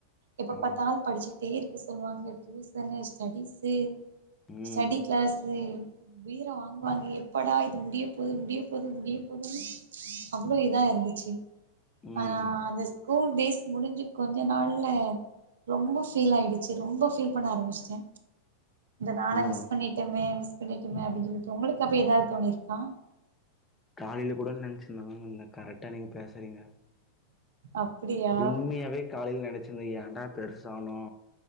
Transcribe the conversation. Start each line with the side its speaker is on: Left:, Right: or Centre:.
Right: எப்ப
Left: ஆமாங்க
Right: பாத்தாலும் படிச்சுகிட்டே இருக்க சொல்லுவாங்க டியூசனு ஸ்டடிஸூ
Left: ம்
Right: ஸ்டடி கிளாஸூ உயிர வாங்குவாங்க எப்படா இது முடிய போது முடிய போகுது முடிய போதுன்னு அவ்ளோ இதா இரு இருந்துச்சு
Left: ம்
Right: ஆனா அந்த ஸ்கூல் டேஸ் முடிஞ்சு கொஞ்ச நாள்ல ரொம்ப ஃபீல் ஆயிடுச்சு ரொம்ப ஃபீல் பண்ண ஆரம்பிச்சுட்டே நாள
Left: ஆமா
Right: மிஸ்
Left: மேம்
Right: பண்ணிட்டோமே மிஸ் பண்ணிட்டமே அப்டி சொல்லி <inaudible> உங்களுக்கு அப்ப ஏதாது தோணிருக்கா
Left: காலையில கூட நெனச்சுருதாங்க கரெக்டா நீங்க பேசுறீங்க
Right: அப்டியா
Left: உண்மையாவே காலைல நெனச்சிருந்த ஏண்டா பெருசானோ